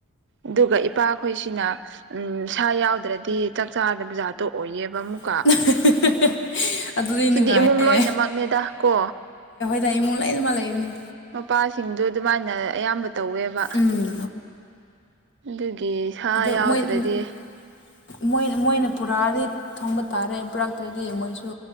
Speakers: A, on the right; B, on the left.
A: ꯑꯗꯨꯒ ꯏꯄꯥꯈꯣꯏꯁꯤꯅ ꯎꯝ ꯁꯥ ꯌꯥꯎꯗ꯭ꯔꯗꯤ ꯆꯥꯛ ꯆꯥꯗ ꯕꯖꯥ ꯇꯣ ꯑꯣꯏꯌꯦꯕ ꯑꯃꯨꯛꯀ
B: <unintelligible> ꯑꯗꯨꯗꯤ
A: ꯁꯤꯗꯤ
B: ꯅꯨꯡꯉꯥꯏꯌꯦ
A: ꯏꯃꯨꯡ ꯂꯣꯏꯅꯃꯛꯅꯦꯗ ꯀꯣ
B: ꯂꯩꯥꯏꯃꯨꯡ ꯂꯩ ꯑꯗꯨ ꯃꯥ ꯂꯩ ꯑꯩꯕꯅꯤ
A: ꯃꯄꯥꯁꯤꯡꯗꯨ ꯑꯗꯨꯃꯥꯏꯅ ꯑꯌꯥꯝꯕ ꯇꯧꯋꯦꯕ
B: ꯎꯝ
A: ꯑꯗꯨꯒꯤ ꯁꯥ ꯌꯥꯎꯗ꯭ꯔꯗꯤ
B: ꯑꯣꯏ ꯃꯣꯏꯅ ꯄꯨꯔꯥꯗꯤ ꯊꯣꯡꯕ ꯇꯥꯔꯦ ꯄꯨꯔꯥ ꯑꯗꯨꯩꯗꯤ ꯃꯣꯏꯁꯨ